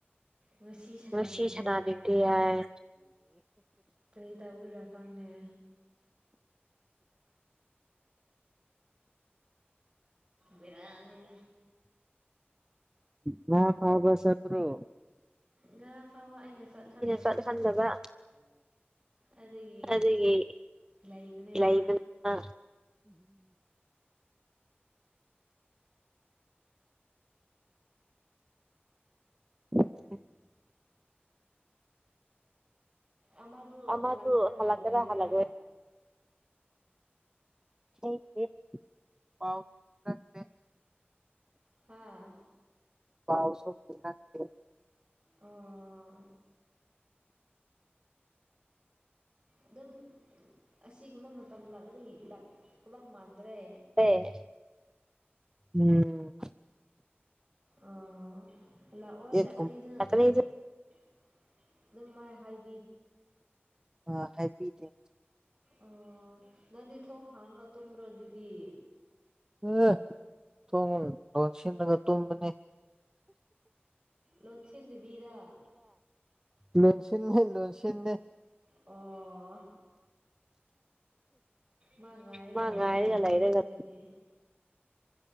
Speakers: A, on the right; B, on the right.
A: ꯉꯁꯤ ꯁꯅꯥꯅꯤꯡꯗꯦ
B: ꯉꯁꯤ ꯁꯥꯟꯅꯅꯤꯡꯗꯦ
A: ꯍꯥꯏ
B: ꯍꯥꯏ
A: ꯀꯔꯤꯗꯕꯨꯏꯔ ꯐꯪꯅ ꯕꯤꯔꯅꯤ
B: ꯉ ꯐꯥꯕꯁꯠꯇꯄꯥꯔꯣ
A: ꯉꯥ ꯐꯥꯕ ꯑꯩꯅ ꯆꯠꯍꯟꯗꯕ
B: ꯆꯠꯍꯟꯗꯕ
A: ꯑꯗꯒꯤ
B: ꯑꯗꯨꯒꯤ
A: ꯂꯩꯕꯅꯦꯃ
B: ꯂꯩꯕꯅ <inaudible> <inaudible>
A: ꯑꯃꯗꯨ
B: ꯑꯃꯗꯨ
A: ꯍꯜꯂꯛꯀꯗꯥ ꯍꯜꯂꯛꯔꯣꯏꯗ꯭ꯔꯥ
B: ꯍꯜꯂꯛꯀꯦꯔꯥ ꯍꯜꯂꯛꯑꯣꯏ <unintelligible> <unintelligible> <unintelligible> <inaudible>
A: ꯍꯥꯥ
B: ꯄꯥꯎꯁꯁꯨ ꯀꯪꯍꯟꯗꯦ
A: ꯑꯣ ꯑꯗꯨꯝ ꯑꯁꯤꯒꯨꯝꯕ ꯃꯇꯝ ꯂꯥꯛꯑꯗꯤ ꯄꯨꯂꯞ ꯃꯥꯟꯕ ꯇꯦ
B: ꯑꯦ ꯎꯝ
A: ꯎꯝ ꯂꯛꯑꯣꯏ
B: ꯌꯦꯠꯀꯨꯝ
A: ꯂꯀꯅꯤꯁꯨ ꯑꯗꯨꯝꯃ
B: ꯑ
A: ꯍꯥꯏꯗꯦ
B: ꯑ ꯍꯥꯏꯕꯤꯗꯦ
A: ꯑꯣ ꯅꯪꯗꯤ ꯊꯣꯡ ꯍꯥꯡꯅ ꯇꯨꯝꯕ꯭ꯔꯣ ꯑꯗꯨꯗꯤ
B: ꯑꯦ ꯊꯣꯡ ꯂꯣꯟꯁꯤꯟꯂꯒ ꯇꯨꯝꯕꯅꯤ
A: ꯂꯣꯟꯁꯤꯟꯗꯕꯤꯗ
B: ꯂꯣꯟꯁꯤꯟꯅꯦ ꯂꯨꯣꯟꯁꯤꯟꯅꯦ
A: ꯑꯣ ꯃꯥ ꯉꯥꯏꯔꯒ
B: ꯃꯥ
A: ꯂꯩꯔꯦꯒ
B: ꯉꯥꯏꯔꯒ
A: ꯂꯣꯏ
B: ꯂꯩꯔꯒ
A: ꯁꯤꯗꯗꯤ <inaudible> <inaudible>